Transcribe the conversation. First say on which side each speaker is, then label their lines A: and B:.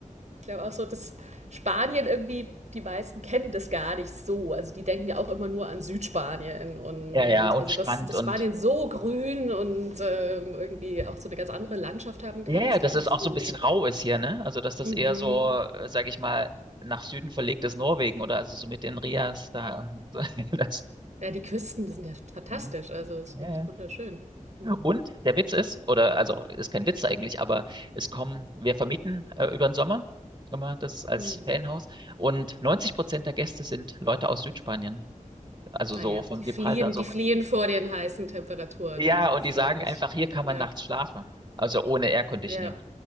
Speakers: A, on the right; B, on the right.
A: ich glaube auch so, dass Spanien irgendwie, die meisten kennen das gar nicht so. Also die denken ja auch immer nur an Südspanien und
B: Ja, ja. Und
A: also
B: Strand
A: dass, dass
B: und.
A: Spanien so grün und ähm, irgendwie auch so eine ganz andere Landschaft haben kann,
B: Ja, ja,
A: ist
B: dass
A: glaube
B: es
A: ich
B: auch
A: so.
B: so ein bisschen rau ist hier, ne? Also, dass das
A: Mhm.
B: eher so, sage ich mal, nach Süden verlegt ist Norwegen oder also so mit den Rias da. <laughs> Das,
A: Ja, die Küsten die sind ja fantastisch,
B: Mhm.
A: also es
B: ja,
A: ist echt
B: ja.
A: wunderschön. Mhm.
B: Und der Witz ist, oder also ist kein Witz eigentlich, aber es kommen, wir vermieten äh, über den Sommer immer das als
A: Mhm.
B: Ferienhaus und 90 Prozent der Gäste sind Leute aus Südspanien, also so
A: Naja,
B: von
A: die
B: Gibraltar
A: fliehen,
B: so.
A: die fliehen vor den heißen Temperaturen,
B: Ja,
A: ja,
B: und
A: das
B: die
A: glaube
B: sagen einfach,
A: ich.
B: hier kann
A: Ja,
B: man nachts schlafen, also ohne Air Conditioning.
A: ja,